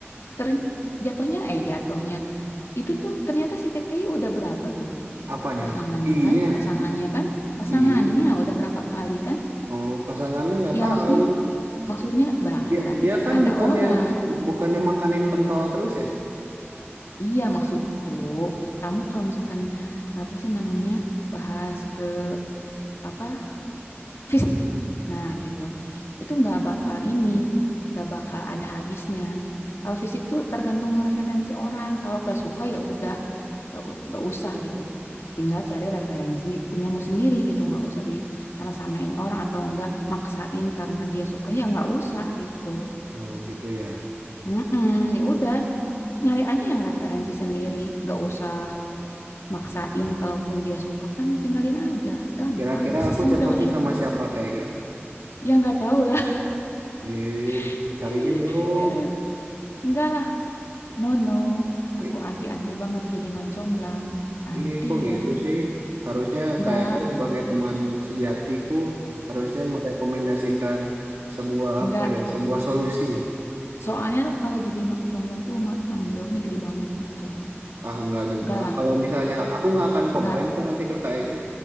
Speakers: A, on the left; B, on the right.
A: ter jatuhnya eh jatuhnya itu tuh ternyata si KKI udah berapa tuh
B: apanya?
A: pasangannya
B: Giginya,
A: kan pasangannya kan pasangannya
B: giginya.
A: udah berapa kali kan
B: Oh, pasangannya nggak
A: ya
B: tahu.
A: maksudnya maksudnya bang
B: Dia,
A: berarti
B: dia
A: kan
B: kan
A: ada
B: bukannya
A: orang
B: bu- bukannya makanin pentol terus ya?
A: iya maksudku kamu kalau misalkan apa sih namanya bahas ke apa fisik. Nah, gitu. Itu nggak bakal ini, nggak bakal ada habisnya. Kalau fisik tuh tergantung referensi orang. Kalau nggak suka ya udah, nggak u- nggak usah gitu. Tinggal cari referensi punyamu sendiri gitu, nggak usah di sama-samain orang atau nggak maksain karena dia suka ya nggak usah gitu.
B: Oh, gitu ya.
A: Mm-mm, ya udah, nyari aja yang referensi sendiri, nggak usah maksain. Kalaupun dia suka kan tinggalin aja, gampang,
B: Kira-kira
A: sesimpel
B: aku cocoknya
A: itu.
B: sama siapa kayak gak?
A: Ya nggak tahu lah.
B: Ih,
A: <laughs>
B: cariin
A: Ih,
B: dong.
A: Ya. Enggak lah, no no.
B: Ih,
A: Aku anti-anti banget jadi mancomblang. Anti
B: ih, kok gitu
A: ya.
B: sih? Harusnya
A: Enggak,
B: kayaknya sebagai teman sejatiku harusnya merekomendasikan sebuah
A: enggak.
B: apa ya, sebuah solusi.
A: Soalnya kalau jadi mak comblang tuh ma- tanggung jawabnya gede banget gitu.
B: Ah, nggak juga.
A: Enggak lah,
B: Kalau misalnya aku nggak akan komplain
A: enggak
B: kok nanti ke KAEG